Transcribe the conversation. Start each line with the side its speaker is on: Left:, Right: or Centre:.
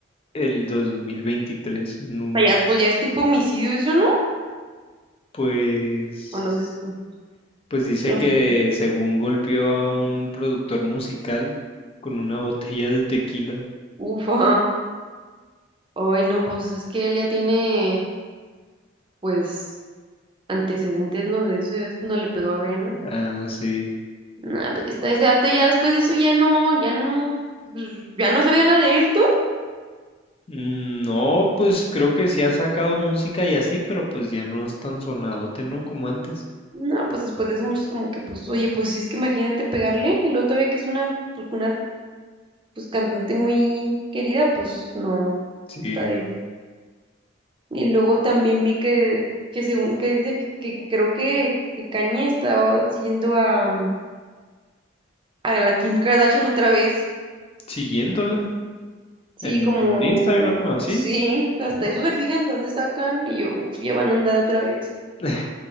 Left: el dos mil veintitrés. en un,
Right: sea, ya, pues ya es tipo homicidio eso, ¿no?
Left: pues
Right: O no sé. pues,
Left: pues dice
Right: Bueno,
Left: que
Right: pues,
Left: según golpeó a un productor musical con una botella de tequila.
Right: ufa. Ay, no, pues es que él ya tiene, pues, antecedentes, ¿no? De eso, ya ves cuando le pegó a Rihanna.
Left: Ah, sí.
Right: Nah, pues ya está ese dato, ya después de eso ya no, ya no, pues, ya no sabía nada de él.
Left: Mm, No, pues creo que sí ha sacado música y así, pero pues ya no es tan sonadote, ¿no? Como antes.
Right: No, pues después de eso muchos como que, pues, oye, pues si es que imagínate pegarle y luego todavía que es una, pues, una, pues, cantante muy querida, pues, no,
Left: Sí,
Right: está
Left: no.
Right: difícil. Y luego también vi que, que según que dice que, que creo que, que Kanye estaba siguiendo a, mm, a la Kim Kardashian otra vez.
Left: Siguiéndola
Right: Sí,
Left: en
Right: como,
Left: Instagram o así.
Right: sí, hasta
Left: No.
Right: eso se fijan de dónde sacan y yo, uf, ya van a andar otra vez.
Left: <laughs>